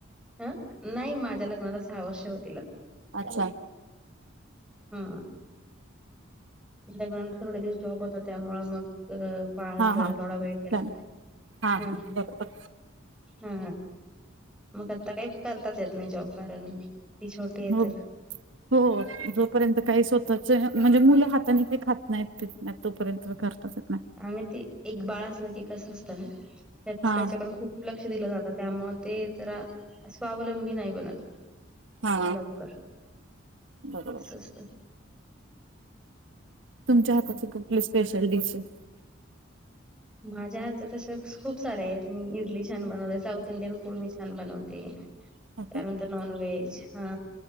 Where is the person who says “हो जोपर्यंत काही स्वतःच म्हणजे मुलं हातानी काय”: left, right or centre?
Right